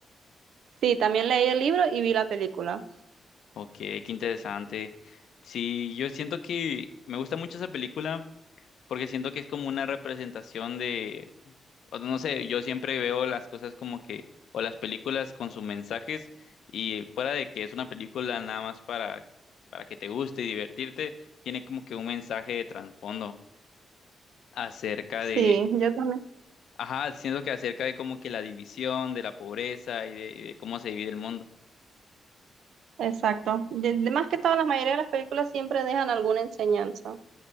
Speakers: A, on the right; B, on the left.
A: Sí, también leí el libro y vi la película.
B: Ok, qué interesante. Sí, yo siento que me gusta mucho esa película porque siento que es como una representación de, o no sé, yo siempre veo las cosas como que, o las películas con sus mensajes y fuera de que es una película nada más para, para que te guste y divertirte, tiene como que un mensaje de trasfondo acerca
A: Sí,
B: de
A: yo también.
B: Ajá, siento que acerca de como que la división, de la pobreza y de, y de cómo se divide el mundo.
A: Exacto. De, de- más que todas la mayoría de las películas siempre dejan alguna enseñanza.